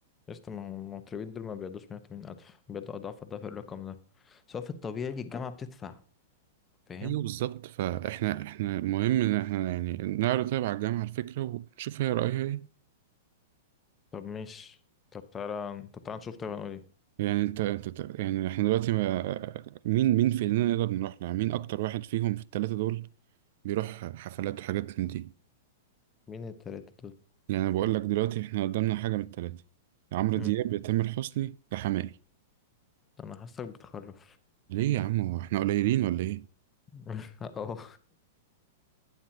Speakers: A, on the left; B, on the right.
A: لسه ما هم المطربين دول ما بيقعدوش 180 ألف بيقعدوا أضعاف أضعاف الرقم ده سواء في الطبيعي الجامعة بتدفع فاهم
B: ايوه بالظبط فاحنا احنا مهم ان احنا يعني نعرض طيب على الجامعة الفكرة ونشوف هي رأيها ايه
A: طب ماشي طب تعالى طب تعالى نشوف طبعا نقول ايه
B: يعني انت انت أنت- يعني احنا دلوقتي ما مين مين في ايدينا نقدر نروح لها مين اكتر واحد فيهم في الثلاثة دول بيروح حفلات وحاجات من دي
A: مين التلاتة دول
B: يعني أنا بقول لك دلوقتي إحنا قدامنا حاجة من التلاتة يا عمرو
A: مم.
B: دياب يا تامر حسني يا حماقي
A: أنا حاسك بتخرف
B: ليه يا عم هو إحنا قليلين ولا إيه؟
A: <laughs> اه